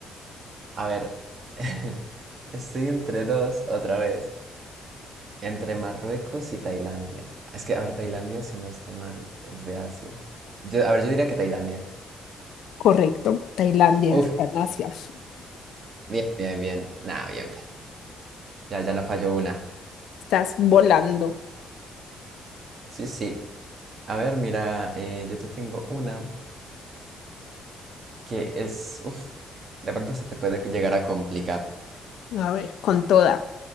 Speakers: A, on the right; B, on the left.
A: a ver. <laughs> Estoy entre dos otra vez. Entre Marruecos y Tailandia. Es que, a ver, Tailandia, si no estoy mal, es de Asia. Yo, a ver, yo diría que Tailandia.
B: Correcto, Tailandia
A: Uf,
B: está en Asia.
A: bien, bien, bien. Nah, bien, bien. Ya, ya no falló una.
B: <laughs> Estás volando.
A: Sí, sí. A ver, mira, eh, yo te tengo una que es, uff, de pronto se te puede llegar a complicar.
B: A ver, con toda.